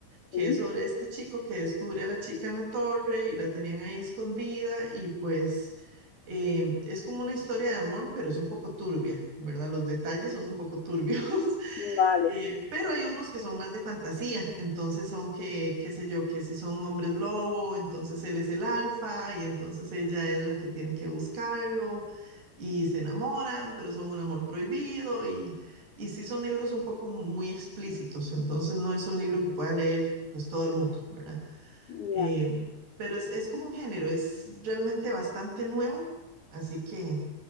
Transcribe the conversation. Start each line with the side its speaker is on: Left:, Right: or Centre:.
Right: que
Left: sí.
Right: es sobre este chico que descubre a la chica en la torre y la tenían ahí escondida y pues eh, es como una historia de amor, pero es un poco turbia, ¿verdad? Los detalles son un poco turbios <laughs>
Left: Vale,
Right: Eh, pero hay unos que son más de fantasía, entonces son que, qué sé yo, que si son hombres lobo, entonces él es el alfa y entonces ella es la que tiene que buscarlo y se enamoran, pero son un amor prohibido y, y sí son libros un poco muy explícitos, entonces no es un libro que pueda leer pues todo el mundo, ¿verdad?
Left: ya.
Right: Eh, pero es, es como un género, es realmente bastante nuevo, así que